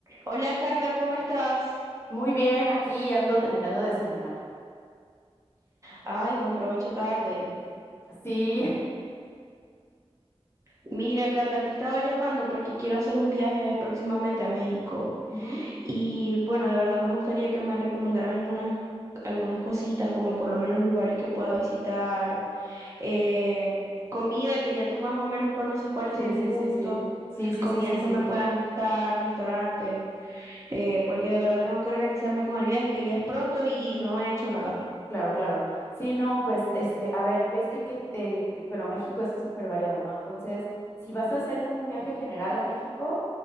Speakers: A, on the right; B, on the left.
A: Hola Carla, ¿cómo estás?
B: Muy bien, aquí ando terminando de desayunar.
A: Ay, buen provecho tarde.
B: Sí,
A: Mira Carla, te estaba llamando porque quiero hacer un viaje próximamente a México
B: ujú,
A: y bueno, de verdad me gustaría que me recomendaras algunas, algunas cositas, como por lo menos lugares que pueda visitar, eh, comida que ya tú más o menos conoces cuáles
B: Sí,
A: son mis
B: sí,
A: gustos,
B: sí, sí. Sí, sí,
A: comidas
B: sí, sí, sí.
A: que me puedan gustar, restaurantes, eh, porque de verdad tengo que organizarme con el viaje que ya es pronto y no he hecho nada.
B: Claro, claro. Sí, no, pues, este, a ver, que es que, que, eh, que, bueno, México es súper variado, ¿no? Entonces, si vas a hacer como un viaje general a México,